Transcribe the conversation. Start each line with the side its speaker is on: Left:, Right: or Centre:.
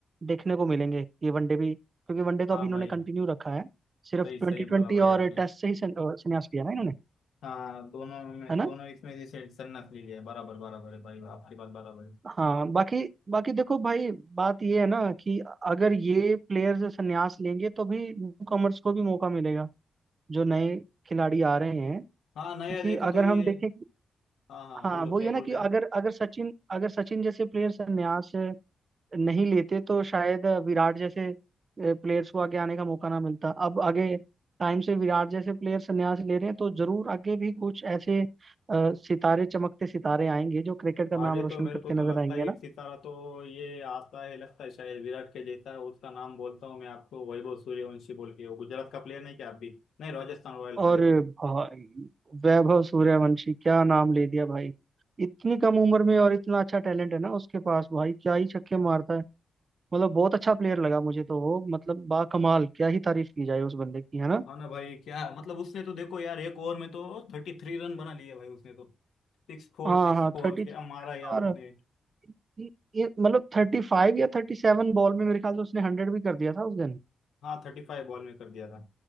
Right: देखने को मिलेंगे ये वनडे भी क्योंकि वनडे तो
Left: हाँ
Right: अभी इन्होंने
Left: भाई
Right: कंटिन्यू रखा है सिर्फ
Left: सही
Right: ट्वेंटी
Left: सही
Right: ट्वेंटी
Left: बोला भाई
Right: और
Left: आपने
Right: टेस्ट से ही सं- अ, संन्यास लिया ना इन्होंने
Left: हाँ दोनों में
Right: है ना
Left: दोनों इसमें से सेट सन्नत ली लिया बराबर बराबर है भाई आपकी बात बराबर है
Right: हाँ बाकी बाकी देखो भाई बात ये है ना कि अगर ये प्लेयर्स संन्यास लेंगे तो भी न्यू कॉमर्स को भी मौका मिलेगा जो नए खिलाड़ी आ रहे हैं
Left: हाँ नया
Right: क्योंकि
Left: देखा तो
Right: अगर
Left: ये
Right: हम देखें
Left: हाँ हाँ
Right: हाँ
Left: बोलो
Right: वो
Left: क्या
Right: ये
Left: बोल
Right: ना कि
Left: रहे
Right: अगर
Left: हैं
Right: अगर सचिन अगर सचिन जैसे प्लेयर्स यहाँ से नहीं लेते तो शायद विराट जैसे प्लेयर्स को आगे आने का मौका ना मिलता अब आगे टाइम से विराट जैसे प्लेयर्स संन्यास ले रहे हैं तो जरूर आगे भी कुछ ऐसे अ, सितारे चमकते सितारे आएंगे जो क्रिकेट का
Left: आगे
Right: नाम रोशन
Left: तो मेरे
Right: करते
Left: को
Right: नजर
Left: तो लगता
Right: आएंगे
Left: है
Right: ना
Left: एक सितारा तो ये आता है लगता है शायद विराट के जैसा है उसका नाम बोलता हूँ मैं आपको वैभव सूर्यवंशी बोल के वो गुजरात का प्लेयर नहीं क्या आप भी नहीं राजस्थान रॉयल्स
Right: और
Left: का देखो
Right: भाई वैभव सूर्यवंशी क्या नाम ले दिया भाई इतनी कम उम्र में और इतना अच्छा टैलेंट है ना उसके पास भाई क्या ही छक्के मारता है मतलब बहुत अच्छा प्लेयर लगा मुझे तो वो मतलब बा कमाल क्या ही तारीफ की जाए उस बंदे की है ना
Left: हाँ ना भाई क्या मतलब उसने तो देखो यार एक ओवर में तो थर्टी थ्री रन बना लिए भाई उसने तो सिक्स फोर
Right: हाँ
Left: सिक्स
Right: हाँ
Left: फोर
Right: थर्टी
Left: क्या मारा यार
Right: और
Left: उसने
Right: ये- ये मतलब थर्टी फाइव या थर्टी सेवन बॉल में मेरे ख्याल से उसने हंड्रेड भी कर दिया था उस दिन
Left: हाँ थर्टी फाइव बॉल में कर दिया था